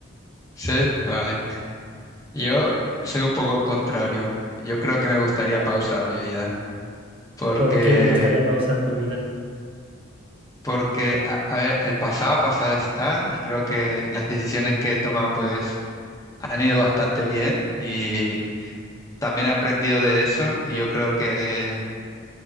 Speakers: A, on the left; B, on the right.
A: Sí, vale. Yo soy un poco el contrario. Yo creo que me gustaría pausar mi vida. Porque,
B: ¿Por qué te gustaría pausar tu vida?
A: porque a, a ver, el pasado pasado está y creo que las decisiones que he tomado pues han ido bastante bien y también he aprendido de eso y yo creo que